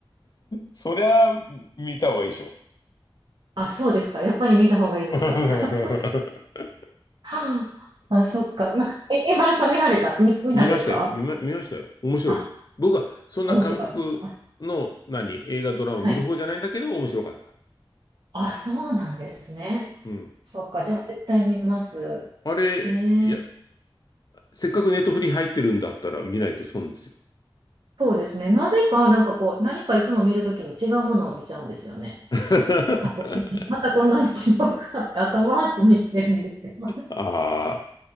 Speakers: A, on the left (about 45°); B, on the right (about 55°).
A: そりゃ見た方がいいでしょ。
B: あ、そうですか。やっぱり見た方がいいですか。
A: <laughs>
B: <laughs> はあ、あそっか。ま、え、江原さん見られた、見、見たんですか
A: 見ましたよ。見ま、見ましたよ。面白い。
B: あ、
A: 僕はそんな韓国の何、
B: 面白い。あ、す
A: 映画ドラマ見る方じゃないんだけど面白かった。
B: はい。あ、そうなんですね。
A: うん。
B: そっか。じゃあ、絶対見ます。
A: あれ、
B: えー、
A: いや、せっかくネットフリ入ってるんだったら見ないと損ですよ。
B: そうですね。なぜか、なんかこう、何かいつも見るときに違うものを見ちゃうんですよね。
A: <laughs>
B: またこんなに、またこんなにしようかって後回しにしてるんですよ。
A: ああ。